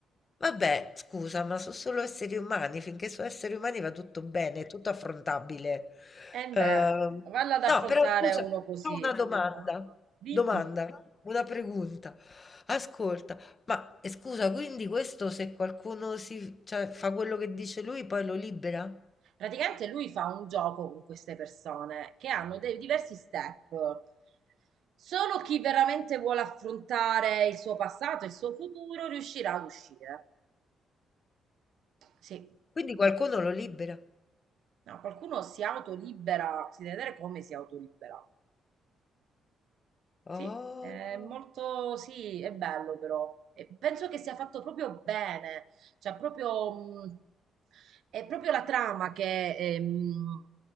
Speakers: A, on the left; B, on the right.
A: Vabbè, scusa, ma so' solo esseri umani, finché so' esseri umani va tutto bene, è tutto affrontabile.
B: E
A: Uhm,
B: beh, valla ad
A: no,
B: affrontare
A: però scusa,
B: uno
A: c'ho
B: così.
A: una domanda,
B: Ma Dimmi.
A: domanda, una pregunta. Ascolta, ma e scusa, quindi questo se qualcuno si cioè fa quello che dice lui poi lo libera?
B: Praticamente lui fa un gioco con queste persone che hanno dei diversi step. Solo chi veramente vuole affrontare il suo passato e il suo futuro riuscirà ad uscire. Sì,
A: Quindi qualcuno lo libera?
B: no, qualcuno si autolibera, si deve vedere come si autolibera.
A: Oh,
B: Sì, è molto, sì, è bello però. E penso che sia fatto proprio bene, cioè proprio, mh, è proprio la trama che ehm,